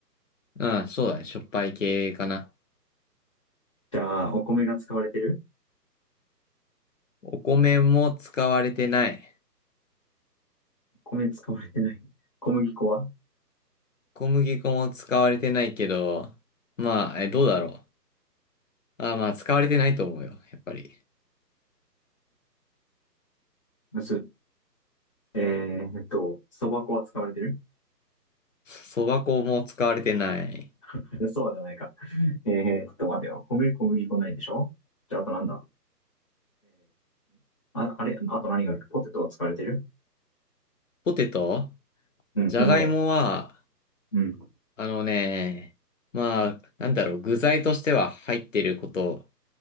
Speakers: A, on the left (about 50°); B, on the left (about 20°).
A: うん、そうだね。しょっぱい系かな。
B: じゃあ、お米が使われてる
A: お米も使われてない。
B: 米使われてない。小麦粉は
A: 小麦粉も使われてないけど、まあ、え、どうだろう。あ、まあ、使われてないと思うよ。やっぱり。
B: むす。えー、えっと、そば粉は使われてる
A: そば粉も使われてない。
B: <laughs> そうじゃないか。えー、っと、待てよ。米、小麦粉ないでしょじゃあ、あとなんだんあ、あれあと何があるポテトは使われてる
A: ポテト
B: うん、
A: じゃがいもは、
B: 芋。うん。
A: あのね、まあ、なんだろう、具材としては入ってること